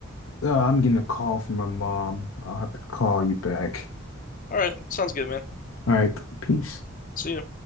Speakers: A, on the left; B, on the left.
A: Oh, I'm getting a call from my mom. I'll have to call you back.
B: All right, sounds good, man.
A: All right, peace.
B: See you.